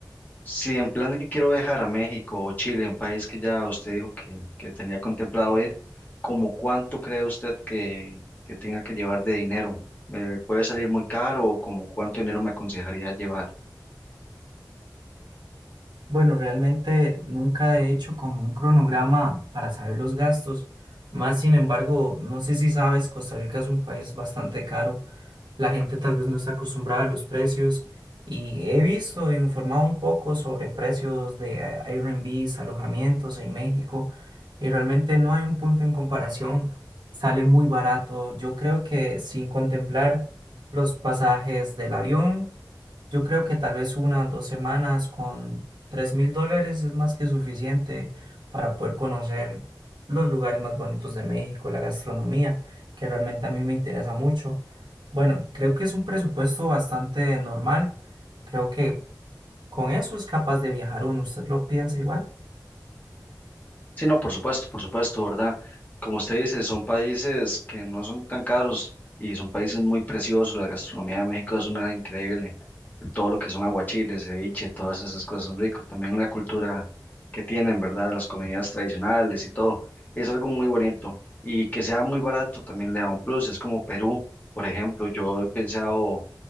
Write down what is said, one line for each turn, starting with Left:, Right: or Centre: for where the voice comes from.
Left: si en plan de que quiero viajar a México o Chile, un país que ya usted dijo que, que tenía contemplado ir, ¿como cuánto cree usted que, que tenga que llevar de dinero? ¿Me puede salir muy caro o como cuánto dinero me aconsejaría llevar?
Right: Bueno, realmente nunca he hecho como un cronograma para saber los gastos. Más sin embargo, no sé si sabes, Costa Rica es un país bastante caro. La gente tal vez no está acostumbrada a los precios. Y he visto, e informado un poco sobre precios de a- Airbnbs, alojamientos en México. Y realmente no hay un punto en comparación. Sale muy barato. Yo creo que sin contemplar los pasajes del avión. Yo creo que tal vez unas dos semanas con Tres mil dólares es más que suficiente para poder conocer los lugares más bonitos de México, la gastronomía, que realmente a mí me interesa mucho. Bueno, creo que es un presupuesto bastante normal. Creo que con eso es capaz de viajar uno. ¿Usted lo piensa igual?
Left: Sí, no, por supuesto, por supuesto, ¿verdad? Como usted dice, son países que no son tan caros y son países muy preciosos. La gastronomía de México es una increíble. Todo lo que son aguachiles, ceviche, todas esas cosas son ricos. También la cultura que tienen, ¿verdad? Las comidas tradicionales y todo. Es algo muy bonito. Y que sea muy barato también le da un plus. Es como Perú, por ejemplo. Yo he pensado